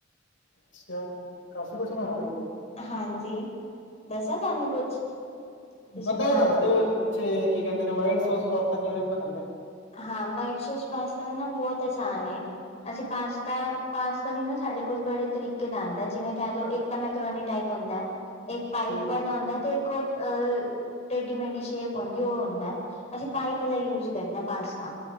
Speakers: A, on the left; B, on the left.
A: ਛੌ, ਕਾਫੀ ਕੁਛ ਬਣਾ ਲੈਂਦੇ।
B: ਹਾਂਜੀ, ਦੱਸਾਂ ਤਾਂ ਨੂੰ ਕੁਛ? ਤੁਸੀਂ
A: ਮਣੇ
B: ਬਣਾ
A: ਇਹ ਦੱਸ ਦੋ, ਚ ਕੀ ਕਹਿੰਦੇ ਨੇ ਵਾਈਟ ਸੋਸ ਪਾਸਤਾ ਕਿਵੇਂ ਬਣਾਦੇ ਨੇ।
B: ਹਾਂ, ਵਾਈਟ ਸੌਸ ਪਾਸਤਾ ਨਾ ਬੋਤ ਆਸਾਨ ਏ, ਅਸੀਂ ਪਾਸਤਾ ਪਾਸਤਾ ਵੀ ਨਾ ਸਾਡੇ ਕੋਲ ਬੜੇ ਤਰੀਕੇ ਦਾ ਆਂਦਾ ਜਿਵੇਂ ਕੈਲੋ ਇੱਕ ਤਾਂ ਮੈਕਰੋਨੀ ਟਾਈਪ ਹੁੰਦਾ। ਇੱਕ ਪਾਈਕ
A: ਠੀਕ,
B: ਵਾਲਾ ਆਉਂਦਾ ਤੇ ਕੁੱਟ ਅ, ਟੇਢੀ-ਮੇਢੀ ਸ਼ੇਪ ਹੁੰਦੀ ਵੋ ਹੁੰਦਾ, ਅਸੀਂ ਤਾਂ ਹੀ ਪਹਿਲਾਂ ਯੂਜ਼ ਕਰਨਾ। ਪਾਸਤਾ